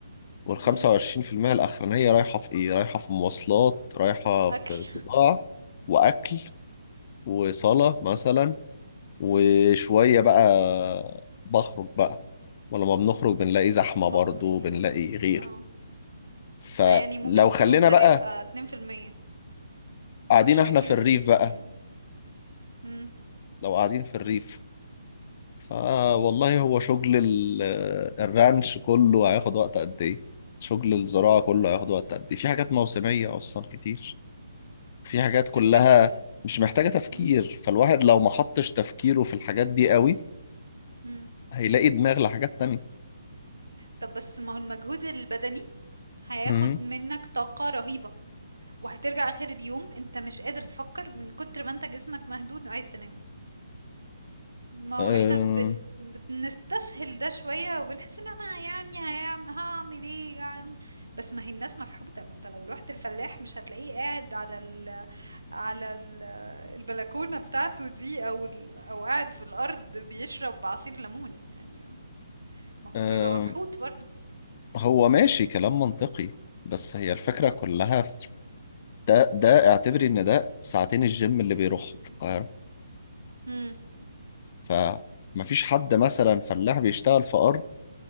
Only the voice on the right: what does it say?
امم
أكل
امم
مبنو
يعني
اه
آه.
ده يعني ممكن الخروج
ده
هيبقى اتنين في المية
مش
هيجيب
الاتنين
في
المية أصلا امم
طب
تفتكر
امم
امم
طب بس ما هو المجهود البدني هياخد
منك طاقة رهيبة وهترجع آخر اليوم انت مش قادر تفكر من كتر ما انت جسمك مهدود وعايز تنام ما
هو احنا بن... بنستسهل ده شوية وبنحس ان انا يعني هيعم... هعمل ايه يعني بس ما هي الناس مفحوطة ما انت لو رحت الفلاح مش هتلاقيه قاعد على ال... على ال... البلكونة بتاعته دي او ال... او قاعد في الارض بيشرب عصير ليمون يعني ما هو
بيبقى مفحوط برضه
امم